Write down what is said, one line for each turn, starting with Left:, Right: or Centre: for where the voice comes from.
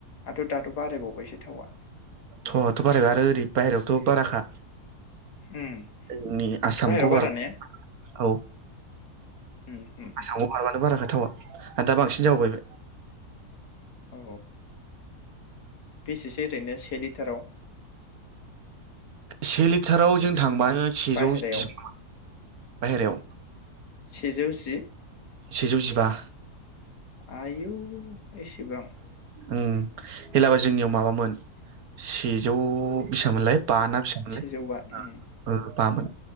Left: आथ' दाथ' बारायबावबायसो थावआ।
Right: थावाथ' बारायबाय आरो ओरै बाहेरायावथ' बाराखा।
Left: उम
Right: जोंनि आसामखौ
Left: बाहेरायाव बारा
Right: बार
Left: ने
Right: औ
Left: उम उम
Right: आसामखौ बारबानो बारा खाथ थावा? दा बांसिन जाबावबाय बे।
Left: अ बेसेसो ओरैनो से लिटाराव?
Right: से लिटाराव जों थांबा सेजौ
Left: बाहेरायाव
Right: जि <unintelligible> बाहेरायाव।
Left: सेजौ जि।
Right: सेजौ जिबा।
Left: आयवौ एसेबां
Right: ओं हेलाबो जोंनियाव माबामोन सेजौ बिसांमोनलाय बा ना बेसांमोलाय
Left: सेजौ बा उम
Right: ओ बामोन।